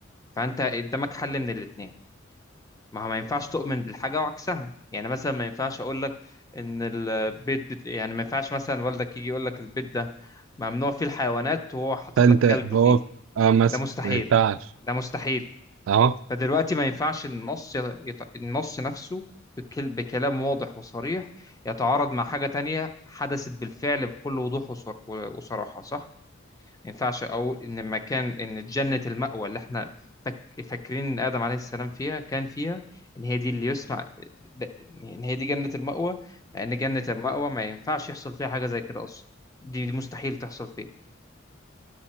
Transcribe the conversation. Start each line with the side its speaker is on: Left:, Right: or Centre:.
Left: فأنت قدامك حل من الاتنين ما هو ما ينفعش تؤمن بالحاجة وعكسها يعني مثلا ما ينفعش أقول لك إن البيت بت... يعني ما ينفعش مثلا والدك يجي يقول لك البيت ده ممنوع فيه الحيوانات وهو حاطط
Right: فانت
Left: لك كلب
Right: فهو
Left: فيه
Right: اه مثلا
Left: ده مستحيل
Right: ما ينفعش
Left: ده مستحيل
Right: اه
Left: فدلوقتي ما ينفعش النص يت... يت- النص نفسه بكل... بكلام واضح وصريح يتعارض مع حاجة تانية حدثت بالفعل بكل وضوح وصر... وصراحة صح؟ ما ينفعش أقول إن مكان إن جنة المأوى اللي إحنا فك... فاكرين إن آدم عليه السلام فيها كان فيها إن هي دي اللي يسمع د- إن هي دي جنة المأوى مع إن جنة المأوى ما ينفعش يحصل فيها حاجة زي كده أصلا دي دي مستحيل تحصل فيها